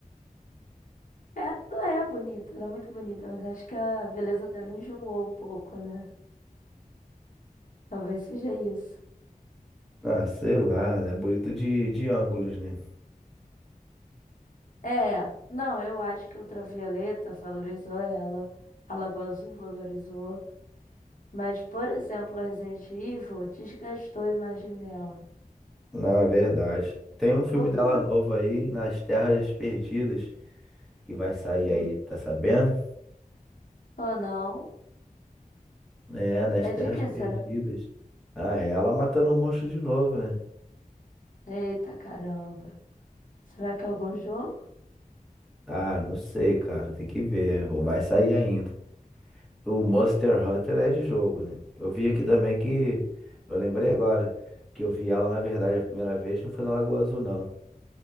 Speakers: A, on the left; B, in the centre.
A: Ela é bonita, ela é muito bonita, mas acho que a beleza dela enjoou um pouco, né? Talvez seja isso.
B: Ah, sei lá, é bonito de, de ângulos, né?
A: É, não, eu acho que Ultravioleta valorizou ela, a Lagoa Azul valorizou, mas, por exemplo, a Resident Evil desgastou a imagem dela.
B: Na verdade. Tem um filme
A: Porque
B: dela
A: ela.
B: novo aí, Nas Terras Perdidas. que vai sair
A: hum,
B: aí, tá sabendo?
A: Ou não?
B: É, nas
A: É
B: Terras
A: de que
B: Perdidas.
A: será?
B: Ah, é ela matando o monstro de novo, né?
A: Eita caramba. Será que é algum jogo?
B: Ah, não sei, cara, tem que ver. Ou Vai sair ainda. O Monster Hunter é de jogo, né? Eu vi aqui também que. Eu lembrei agora que eu vi ela, na verdade, a primeira vez não foi na Lagoa Azul, não.